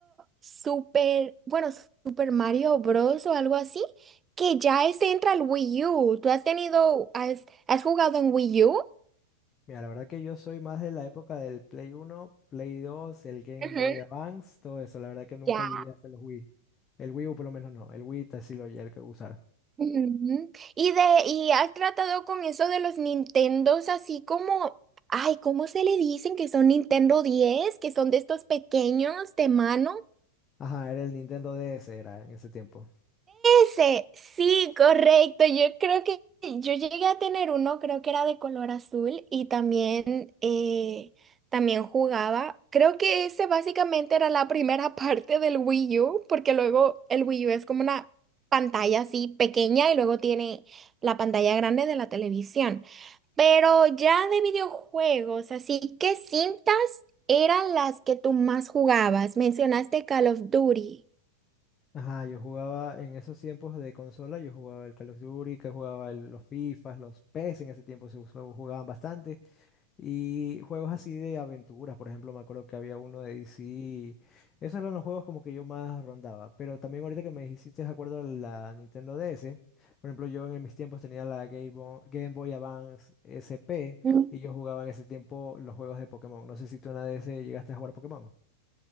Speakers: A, on the right; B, on the left.
A: Super, bueno, Super Mario Bros o algo así, que ya ese entra al Wii U. ¿Tú has tenido, has, has jugado en Wii U?
B: Mira, la verdad que yo soy más de la época del Play Uno Play Dos el Game
A: Ujú.
B: Boy Advance, todo eso. La verdad que nunca
A: Ya.
B: llegué hasta los Wii. El Wii U por lo menos no, el Wii sí lo llegué a usar.
A: Ujú. Y de, y has tratado con eso de los Nintendos, así como, ay, ¿cómo se le dicen que son Nintendo diez Que son de estos pequeños de mano.
B: Ajá, era el Nintendo DS, era en ese tiempo.
A: Ese, sí, correcto. Yo creo que yo llegué a tener uno, creo que era de color azul y también, eh, también jugaba. Creo que ese básicamente era la primera <laughs> parte del Wii U, porque luego el Wii U es como una pantalla así pequeña y luego tiene la pantalla grande de la televisión. Pero ya de videojuegos, así qué cintas eran las que tú más jugabas. Mencionaste Call of Duty.
B: Ajá, yo jugaba en esos tiempos de consola, yo jugaba el Call of Duty, que jugaba el- los FIFAs, los PES en ese tiempo se us- jugaban bastante Y juegos así de aventuras, por ejemplo, me acuerdo que había uno de DC. Esos eran los juegos como que yo más rondaba. Pero también ahorita que me hiciste de acuerdo a la Nintendo DS, por ejemplo, yo en mis tiempos tenía la Game Bo- Game Boy, Advance SP
A: Mm.
B: y yo jugaba en ese tiempo los juegos de Pokémon. No sé si tú en la DS llegaste a jugar Pokémon.